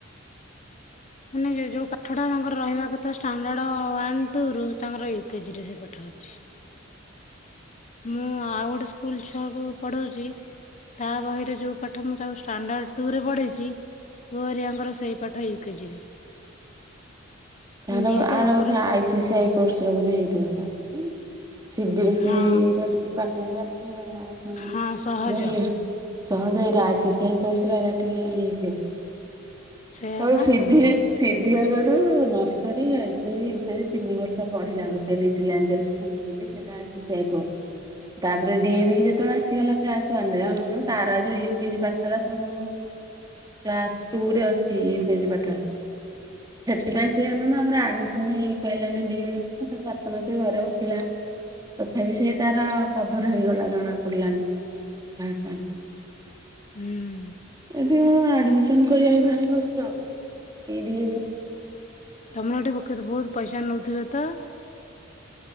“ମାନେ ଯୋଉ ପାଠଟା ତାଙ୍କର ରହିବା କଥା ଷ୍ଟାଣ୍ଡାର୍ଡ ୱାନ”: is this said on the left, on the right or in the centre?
Left